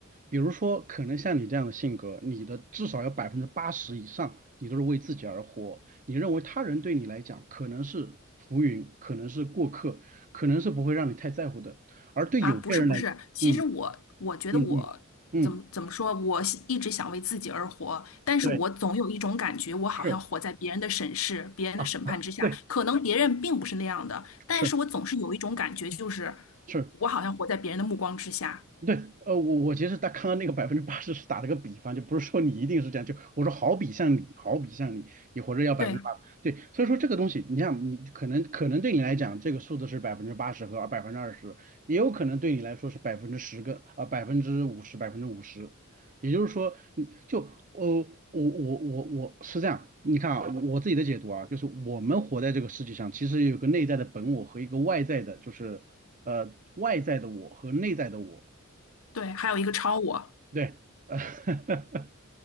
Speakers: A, on the right (about 40°); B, on the left (about 75°).
A: 比如说，可能像你这样的性格，你的至少有百分之八十以上，你都是为自己而活。你认为他人对你来讲可能是浮云，可能是过客，可能是不会让你太在乎的。而对有些人来，
B: 啊，不是不是，其实我我觉得我怎么怎么说，
A: 嗯嗯嗯嗯，
B: 我是一直想为自己而活，但是我总有一种感觉，
A: 对，
B: 我好像活在别人的审视、
A: 是
B: 别人的审判之下。
A: 啊，对，
B: 可能别人并不是那样的，但是我总是有一种感觉，
A: 是
B: 就是
A: 是。
B: 我好像活在别人的目光之下。
A: 对，呃，我我其实他看到那个百分之八十是打了个比方，就不是说你一定是这样，就我说好比像你，好比像你，你活着要百分之八，
B: 对
A: 对，所以说这个东西，你像你可能可能对你来讲，这个数字是百分之八十和百分之二十，也有可能对你来说是百分之十个啊百分之五十百分之五十，也就是说你就呃我我我我是这样，你看啊，我自己的解读啊，就是我们活在这个世界上，其实有个内在的本我和一个外在的，就是呃外在的我和内在的我。
B: 对，还有一个超我，
A: 对，呃，<laughs>